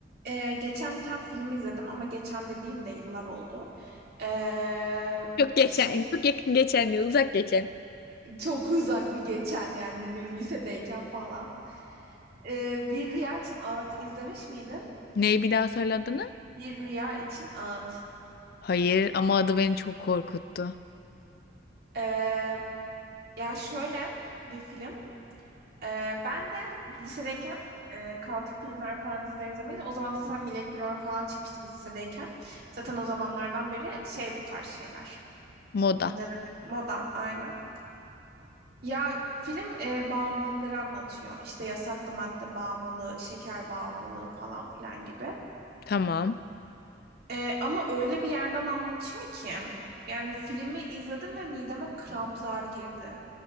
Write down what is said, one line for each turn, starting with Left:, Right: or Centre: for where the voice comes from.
Right: Ee, geçen bir tane film izledim ama geçen dediğim de yıllar oldu. Ee,
Left: Çok geçen,
Right: şey
Left: çok yakın geçen yıl, uzak geçen.
Right: çok uzak bir geçen yani, yani lisedeyken falan. Ee, Bir Rüya için Ağıt izlemiş miydin?
Left: Neyi bir daha söyle adını?
Right: Bir Rüya için Ağıt.
Left: Hayır ama adı beni çok korkuttu.
Right: Ee, ya şöyle bir film. Ee, ben de lisedeyken e, kaotik filmler falan diziler izlemeyi. O zaman da zaten Black Mirror falan çıkmıştı biz lisedeyken. Zaten o zamanlardan beri şey bu tarz şeyler.
Left: Moda.
Right: Hmm, Ne dedim? Moda aynen. Ya film e, bağımlılıkları anlatıyor. İşte yasaklı madde bağımlılığı, şeker bağımlılığı falan filan gibi.
Left: Tamam.
Right: E, ama öyle bir yerden anlatıyor ki yani filmi izledim ve mideme kramplar girdi.